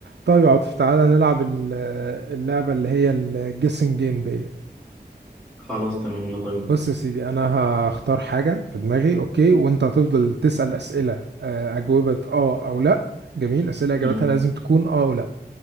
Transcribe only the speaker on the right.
طيب يا عاطف تعالى نلعب ال- اللعبة اللي هي الجيسنج جيم ديت
بص يا سيدي انا هختار حاجة في دماغي اوكي وانت هتفضل تسأل اسئلة آه، اجوبة اه او لا جميل اسئلة اجابتها
لازم تكون اه او لا